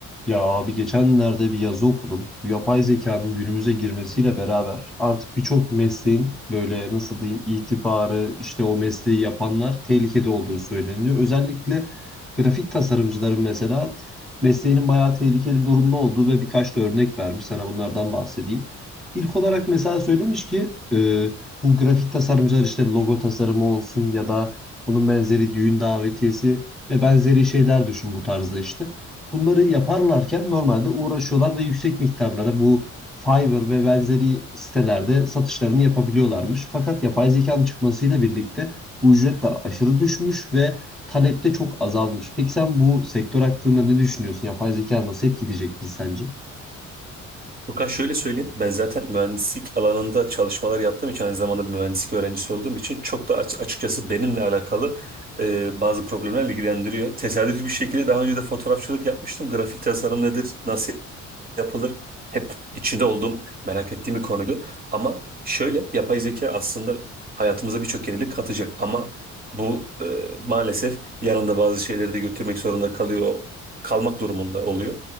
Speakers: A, in the centre; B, on the right (about 30°).
A: Ya abi geçenlerde bir yazı okudum. Bu yapay zekanın günümüze girmesiyle beraber artık birçok mesleğin böyle nasıl diyeyim itibarı işte o mesleği yapanlar tehlikede olduğu söyleniyor. Özellikle grafik tasarımcıların mesela mesleğinin bayağı tehlikeli durumda olduğu ve birkaç da örnek vermiş. Sana bunlardan bahsedeyim. İlk olarak mesela söylemiş ki e, bu grafik tasarımcılar işte logo tasarımı olsun ya da bunun benzeri düğün davetiyesi ve benzeri şeyler düşün bu tarzda işte. Bunları yaparlarken normalde uğraşıyorlar ve yüksek miktarlara bu Fiverr ve benzeri sitelerde satışlarını yapabiliyorlarmış. Fakat yapay zekanın çıkmasıyla birlikte bu ücretler aşırı düşmüş ve talep de çok azalmış. Peki sen bu sektör hakkında ne düşünüyorsun? Yapay zeka nasıl etkileyecek bizi sence?
B: Furkan şöyle söyleyeyim. Ben zaten mühendislik alanında çalışmalar yaptığım için aynı zamanda bir mühendislik öğrencisi olduğum için çok da aç- açıkçası benimle alakalı e, bazı problemler ilgilendiriyor. Tesadüfi bir şekilde daha önce de fotoğrafçılık yapmıştım. Grafik tasarım nedir, nasıl yapılır. Hep içinde olduğum, merak ettiğim bir konuydu. Ama şöyle, yapay zeka aslında hayatımıza birçok yenilik katacak. Ama bu e, maalesef yanında bazı şeyleri de götürmek zorunda kalıyor, kalmak durumunda oluyor.